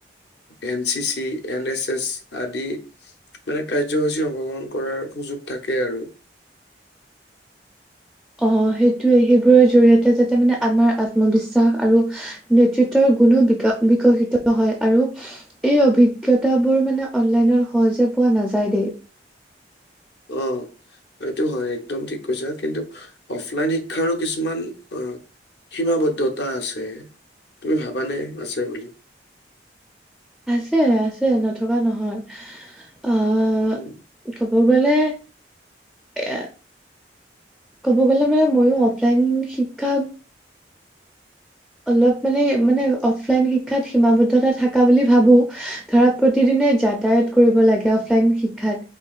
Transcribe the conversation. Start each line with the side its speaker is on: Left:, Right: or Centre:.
Left: N C C, N S S আদি মানে কাৰ্যসূচী অং শ গ্ৰহণ কৰাৰ সুযোগ থাকে আৰু।
Centre: অ সেইটোৱেই, সেইবোৰৰ জৰি়য়তে যাতে মানে আমাৰ আত্মবিশ্বাস আৰু, নেতৃত্বৰ গুণো বিকা বিকশিত হয়। আৰু এই অভিজ্ঞতাবোৰ মানে অনলাইনৰ সহজে পোৱা নাযায় দেই!
Left: অঁ। এইটো হয় একদম ঠিক কৈছা। কিন্তু অফলাইন শিক্ষাৰো কিছুমান অ' সীমাবদ্ধতা আছে, তুমি ভাবানে আছে বুলি?
Centre: আছে আছে। নথকা নহয় অ'
Left: <unintelligible> উম্
Centre: কব গ'লে এ, ক'ব গ'লে মানে ময়ো অফলাইন শিক্ষা, অলপ মানে মানে অফলাইন শিক্ষাত সীমাবদ্ধতা থাকা বুলি ভাবোঁ। ধৰা প্ৰতিদিনে যাতায়াত কৰিব লাগে অফলাইন শিক্ষাত